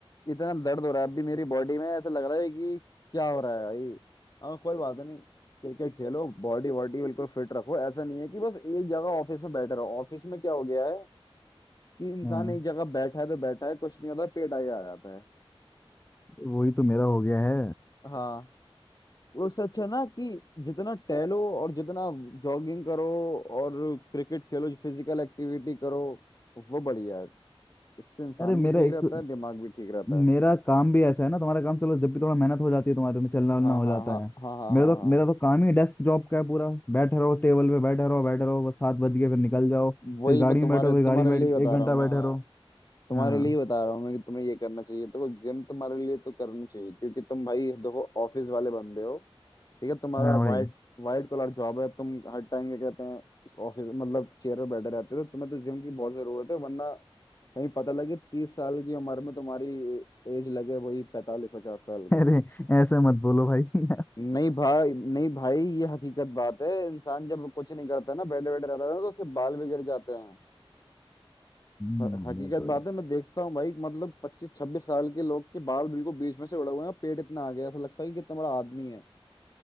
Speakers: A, on the left; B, on the left.
A: इतना दर्द हो रहा है अभी मेरी बॉडी में ऐसा लग रहा है कि क्या हो रहा है भाई हाँ कोई बात नहीं क्रिकेट खेलो बॉडी वॉडी बिल्कुल फिट रखो ऐसा नहीं है कि बस एक जगह ऑफिस में बैठे रहो ऑफिस में क्या हो गया है कि इंसान
B: हाँ
A: एक जगह बैठा है तो बैठा है कुछ नहीं होता पेट आगे आ जाता है
B: वही तो मेरा हो गया है
A: हाँ तो उससे अच्छा ना कि जितना टहलो और जितना जॉगिंग करो और क्रिकेट खेलो फिजिकल एक्टिविटी करो वो बढ़िया है इससे इंसान
B: अरे मेरा
A: भी ठीक
B: एक
A: रहता है दिमाग भी ठीक रहता है
B: मेरा काम भी ऐसा है ना तुम्हारा काम चलो जब भी थोड़ा मेहनत हो जाती है तुम्हारे में चलना वलना
A: हाँ
B: हो
A: हाँ
B: जाता
A: हाँ हाँ
B: है
A: हाँ
B: मेरा
A: हाँ
B: तो
A: हाँ
B: मेरा तो काम ही डेस्क जॉब का है पूरा बैठे रहो टेबल पे बैठे रहो बैठे रहो बस सात बज गए फिर निकल जाओ
A: वही
B: फिर गाड़ी
A: मैं तुम्हारे
B: में बैठो फिर गाड़ी
A: तुम्हारे
B: में
A: लिए
B: बैठ
A: ही बता
B: के एक घंटा
A: रहा हूँ मैं
B: बैठे
A: हाँ
B: रहो
A: तुम्हारे
B: हाँ
A: लिए ही बता रहा हूँ मैं कि तुम्हें ये करना चाहिए देखो जिम तुम्हारे लिए तो करनी चाहिए क्योंकि तुम भाई देखो ऑफिस वाले बंदे हो ठीक है तुम्हारा
B: हाँ
A: वाइट
B: भाई
A: वाइट कॉलर जॉब है तुम हर टाइम क्या कहते हैं ऑफिस मतलब चेयर पे बैठे रहते हो तो तुम्हें तो जिम की बहुत जरूरत है वरना कहीं पता लगे तीस साल की उम्र में तुम्हारी एज लगे वही पैंतालीस पचास साल की
B: <laughs> अरे ऐसे मत बोलो भाई
A: नहीं भाई नहीं भाई ये हकीकत बात है इंसान जब कुछ नहीं करता ना बैठे बैठे रहता है ना तो उसके बाल भी गिर जाते हैं
B: हम्म,
A: ह- हकीकत
B: वो तो है
A: बात है मैं देखता हूँ भाई मतलब पच्चीस छब्बीस साल के लोग के बाल बिल्कुल बीच में से उड़े हुए हैं पेट इतना आ गया है, ऐसा लगता है कि कितना बड़ा आदमी है